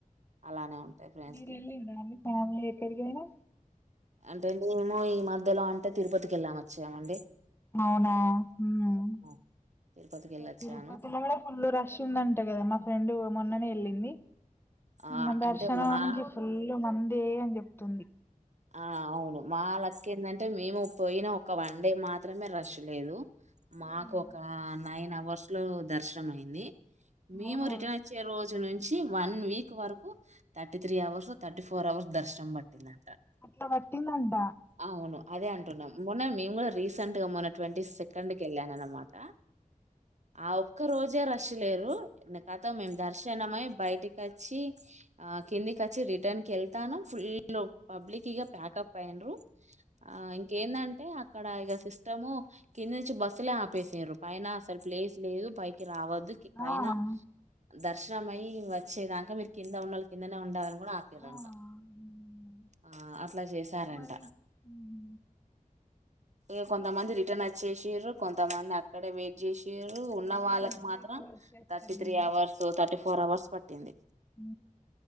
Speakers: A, on the right; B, on the left.
A: అలానే ఉంటాయి ఫ్రెండ్స్
B: మీరు
A: ది
B: ఎల్లిలా అండి ఫ్యామలీ ఎక్కడికైనా
A: అంటే మేము ఈ మధ్యలో అంటే తిరుపతికి వెళ్ళామ వచ్చామండి
B: అవునా ఉమ్
A: ఆ, తిరుపతికి వెళ్ళొచ్చాను
B: తిరుపతిల కూడా ఫుల్లు రష్ ఉందంట కదా మా ఫ్రెండ్ మొన్ననే వెళ్ళింది
A: ఆ
B: మా దర్శనానికి
A: అంటే మా
B: ఫుల్ మందే అని చెప్తుంది
A: ఆ అవును మా లక్ ఏందంటే మేము పోయిన ఒక వన్ డే మాత్రమే రష్ లేదు మాకు
B: ఉమ్.
A: ఒక నైన్ అవర్స్ లో దర్శనం అయింది మేము
B: అవునా
A: రిటర్న్ అ వచ్చే రోజు నుంచి వన్ వీక్ వరకు thirty three hours thirty four hours దర్శనం పట్టిందంటా
B: అట్ల వట్టిందంట
A: అవును అదే అంటున్నాం మొన్న మేము కూడా రీసెంట్ గా మొన్న ట్వంటీ సెకండ్ కి వెళ్ళాను అన్నమాట
B: అవు
A: ఆ ఒక్క రోజే రష్లేదు కతం మేము దర్శనమై బయటికి వచ్చి ఆ కిందికి వచ్చి రిటర్న్ కి వెళ్తాను ఫుల్ పబ్లిక్గా ప్యాకప్ అయిన్రు ఆ ఇంకేందంటే అక్కడ ఇక సిస్టము కింద నుంచి బస్సులే ఆపేసిన పైన అసలు ప్లేస్ లేదు పైకి రావద్దు పైన
B: ఆ ఆ
A: దర్శనం అయ్యి వచ్చేదాక మీరు కింద ఉండాలి కిందనే ఉండాలని కూడా ఆపిర్రంట
B: ఆ హ్మ్
A: ఆ అట్లా చేసారంట
B: మరి హుహు.
A: ఇక కొంతమంది
B: మీరు
A: రిటర్న్ వచ్చేసిర్రు కొంతమంది అక్కడే వెయిట్ చేసారు ఉన్న
B: అవును
A: వాళ్ళకి మాత్రం
B: రిటర్న్ వచ్చేస్తారు
A: థర్టీ
B: ఇంగ
A: త్రీ అవర్స్ థర్టీ ఫోర్ అవర్స్ పట్టింది
B: ఉ